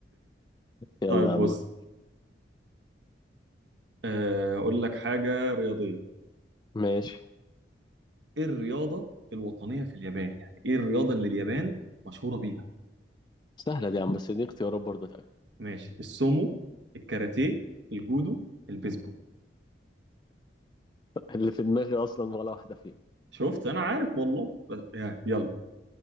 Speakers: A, on the left; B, on the right.
A: يلا
B: طيب
A: يا عم
B: بص
A: متعة.
B: آه، هقول لك حاجة رياضية
A: ماشي
B: ايه الرياضة الوطنية في اليابان يعني ايه الرياضة اللي اليابان مشهورة بيها
A: سهلة دي يا عم بس دي اختيارات برضه اتأكد
B: ماشي السومو الكاراتيه الجودو البيسبول
A: اللي في دماغي أصلا ولا واحدة فيهم
B: شفت انا عارف والله بس يعني يلا